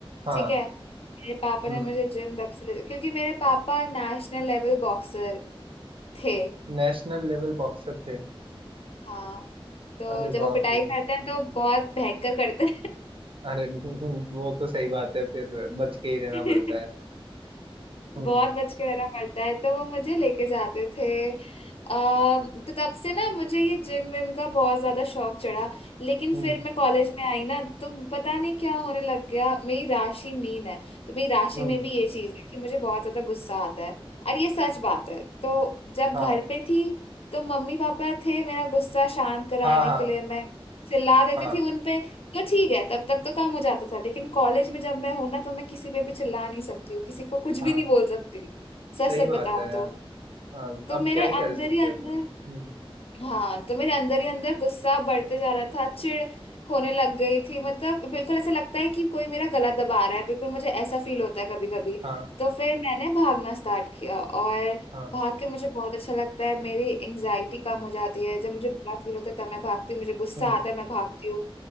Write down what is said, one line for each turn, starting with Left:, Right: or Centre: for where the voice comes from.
Right: हाँ
Left: ठीक है मेरे पापा
Right: हम्म
Left: ने मुझे जिम तब से ले- क्योंकि मेरे पापा नेशनल लेवल बॉक्सर थे
Right: नेशनल लेवल बॉक्सर थे
Left: हाँ तो
Right: अरे
Left: जब
Right: बाप
Left: वो पिटाई
Right: रे
Left: करते हैं तो बहुत भयंकर करते
Right: अरे <laughs> वो तो सही बात है फिर बच के ही रहना
Left: हैं
Right: पड़ता है
Left: <laughs>
Right: हम्म
Left: बहुत बच के रहना पड़ता है तो वो मुझे लेके जाते थे अ, तो तब से ना मुझे ये जिम विम का बहुत ज्यादा शौक चढ़ा लेकिन
Right: हम्म
Left: फिर मैं कॉलेज में आई ना तो पता नहीं क्या होने लग गया मेरी राशि मीन है तो मेरी राशि
Right: हम्म
Left: में भी ये चीज है कि मुझे बहुत ज्यादा गुस्सा आता है और ये सच बात है तो जब
Right: हाँ
Left: घर पे थी तो मम्मी पापा थे मेरा गुस्सा शांत कराने
Right: हाँ हाँ
Left: के लिए मैं चिल्ला देती
Right: हाँ
Left: थी उनपे तो ठीक है तब तक तो काम हो जाता था लेकिन कॉलेज में जब मैं हूं ना तो मैं किसी पे भी चिल्ला नहीं सकती हूँ किसी को कुछ भी
Right: हाँ
Left: नहीं बोल सकती
Right: सही
Left: सच सच
Right: बात
Left: बताऊं
Right: है यार
Left: तो
Right: हाँ
Left: तो
Right: अब
Left: मेरे
Right: क्या ही कर
Left: अंदर
Right: सकते
Left: ही अंदर
Right: हो तुम हम्म
Left: हाँ तो मेरे अंदर ही अंदर गुस्सा बढ़ते जा रहा था चिढ़ होने लग गई थी मतलब बिल्कुल ऐसा लगता है कि कोई मेरा गला दबा रहा है बिल्कुल मुझे ऐसा फील होता है कभी कभी
Right: हाँ
Left: तो फिर मैंने भागना स्टार्ट किया और
Right: हाँ
Left: भाग के मुझे बहुत अच्छा लगता है मेरी एंजाइटी कम हो जाती है जब मुझे बुरा फील होता है तब मैं भागती हूँ मुझे गुस्सा
Right: हम्म
Left: आता है मैं भागती हूँ